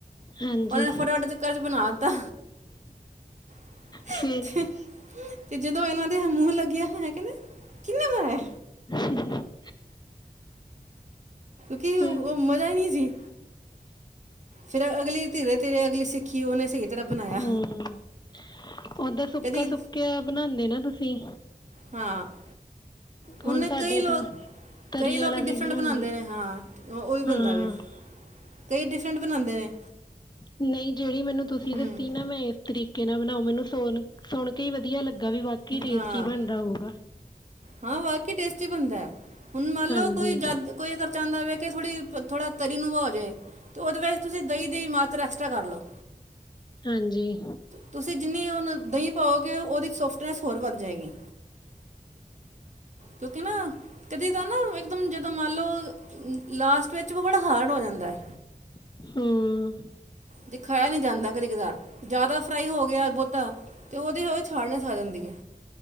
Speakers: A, on the left; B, on the right.
A: ਹਾਂਜੀ
B: ਉਹਨਾਂ ਨੇ ਫਟਾਫਟ ਦੇ ਚੱਕਰ ਚ ਬਣਾ ਤਾ <inaudible>
A: ਫਿਰ
B: ਤੇ ਜਦੋਂ ਇਹਨਾਂ ਦੇ ਮੂੰਹ ਲੱਗਿਆਂ, ਇਹ ਕਹਿੰਦੇ ਕਿੰਨੇ ਬਣਾਇਆ?
A: <inaudible>
B: ਕਿਉਂਕਿ- ਉਹ
A: ਫੇਰ?
B: ਮਜ਼ਾ ਹੀ ਨਹੀਂ ਸੀ। ਫੇਰ ਅਗਲੀ ਧੀਰੇ- ਤੇਰੇ ਅਗਲੀ ਉਹਨੇ ਸਹੀ ਤਰ੍ਹਾਂ ਬਣਾਇਆ
A: ਹਮ, ਓਦਾ ਸੁੱਕਾ
B: ਕਦੀ
A: ਸੁੱਕਿਆ ਬਣਾਉਦੇ ਨਾ ਤੁਸੀਂ?
B: ਹਾਂ <inaudible> ਉਹਨੇ
A: ਹੁਣ ਸਾਡੇ
B: ਕਈ ਲੋਕ
A: ਤਾਂ ਤਰੀ
B: ਕਈ ਲੋਕੀ
A: ਵਾਲਾ ਵੀ
B: ਡਿਫਰੈਂਟ
A: ਬਣਾਉਂਦੇ
B: ਬਣਾਦੇ ਨੇ ਹਾਂ, ਓਈ ਬਣਦਾ
A: ਹਾਂ
B: ਵੇ। ਕਈ ਡਿਫਰੈਂਟ ਬਣਾ ਦੇ ਨੇ।
A: ਨਈ ਜੇੜੀ ਮੈਨੂੰ ਤੁਸੀਂ
B: ਹਮ
A: ਦੱਸੀ ਨਾ ਮੈ ਏ। ਤਰੀਕੇ ਨਾਲ ਬਣਾਓ ਮੈਨੂੰ ਸੋਣ, ਸੋਣ ਕੇ ਈ ਵਧੀਆ ਲੱਗਾ ਵੀ ਬਾਕੀ ਟੇਸਟੀ
B: ਹਾਂ
A: ਬਣਦਾ ਹੋਊਗਾ।
B: ਹਾਂ ਵਾਕੇ ਟੇਸਟੀ ਬਣਦਾ, ਹੁਣ ਮੱਨ
A: ਹਾਂਜੀ
B: ਲਓ ਕੋਈ ਜਾਦ। ਕੋਈ ਅਗਰ ਚਾਦਾ ਹੋਵੇ ਕੇ ਥੋੜੀ, ਥੋੜਾ ਤਰੀ ਨਵਾ ਜੇ ਤੇ ਓਦੇ ਵੇ ਤੁਸੀਂ ਦਈ ਦੀ ਮਾਤਰਾ ਐਕਸਟ੍ਰਾ ਕੱਰ ਲੋ।
A: ਹਾਂਜੀ।
B: ਤੁਸੀਂ ਜਿੰਨੀ ਹੋਣ ਦਹੀਂ ਪਾਓਗੇ, ਓਦੀ ਸੋਫਟਨੈਸ ਹੋਰ ਵੱਧ ਜਾਏਗੀ। ਕੇਉਕਿ ਨਾ। ਕਦੀ ਤਾਂ ਨਾ ਏਕਦਮ ਜਦੋਂ ਮੱਨ ਲੋ, ਲਾਸਟ ਵੇਚ ਵੋ ਬੜਾ ਹਾਰਡ ਹੋ ਜਾਦੈ।
A: ਹਾਂ।
B: ਦਿਖਾਆ ਨੀ ਜਾਂਦਾ, ਕਦੀ-ਕਦਾਰ ਜਾਦਾ ਫਰਾਈ ਹੋ ਗੇਆ ਬੋ। ਤਾ ਓਦੇ-ਓਦੇ ਚ ਹਾਰਡਨੈਸ ਆ ਜਾਂਦੀ ਏ,